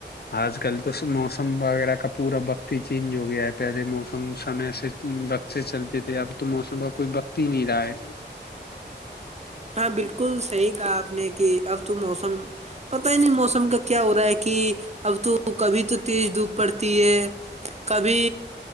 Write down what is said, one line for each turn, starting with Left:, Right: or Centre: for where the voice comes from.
Left: آج کل تو موسم وغیرہ کا پورا وقت ہی چینج ہو گیا ہے پہلے موسم سمے سے بق سے چلتے تھے اب تو موسم کا کوئی وقت ہی نہیں رہا ہے
Right: ہاں بالکل صحیح کہا آپ نے کہ اب تو موسم پتا ہی نہیں موسم کا کیا ہو رہا ہے کہ اب تو کبھی تو تیز دھوپ پڑتی ہے کبھی